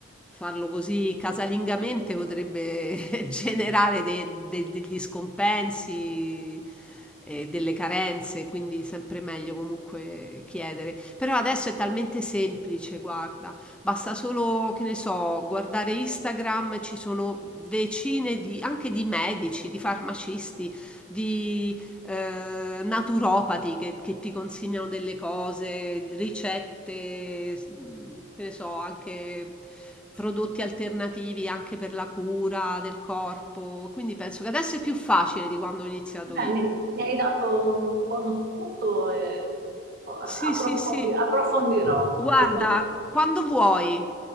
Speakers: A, in the centre; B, on the right (about 45°).
A: farlo così casalingamente potrebbe <laughs> generare de- de- degli scompensi e delle carenze, quindi sempre meglio comunque chiedere. Però adesso è talmente semplice, guarda, basta solo, che ne so, guardare Instagram, ci sono decine di, anche di medici, di farmacisti, di eh, naturopati che, che ti consigliano delle cose, ricette, s- mh, che ne so, anche prodotti alternativi anche per la cura del corpo. Quindi penso che adesso è più facile di quando ho iniziato
B: Beh,
A: io.
B: mi, mi hai dato un buono spunto e oh, approfondi-
A: Sì, sì, sì.
B: approfondirò,
A: Guarda,
B: approfondirò.
A: quando vuoi,